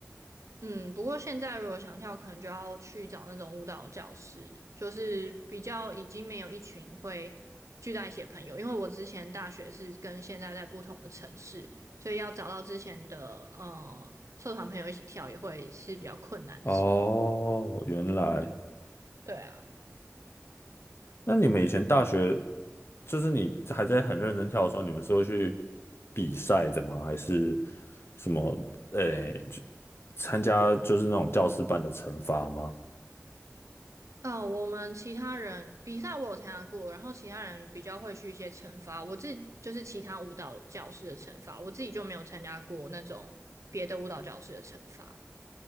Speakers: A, on the right; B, on the left.
A: 嗯，不过现在如果想跳，可能就要去找那种舞蹈教室，就是比较已经没有一群会聚在一起的朋友。因为我之前大学是跟现在在不同的城市，所以要找到之前的呃社团朋友一起跳，也会是比较困难的事。
B: 哦，原来。
A: 对啊，
B: 那你们以前大学，就是你还在很认真跳的时候，你们是会去比赛的吗？还是什么？诶、就参加就是那种教师办的惩罚吗？
A: 哦，我们其他人比赛我有参加过，然后其他人比较会去一些惩罚，我自己就是其他舞蹈教室的惩罚，我自己就没有参加过那种别的舞蹈教室的惩罚。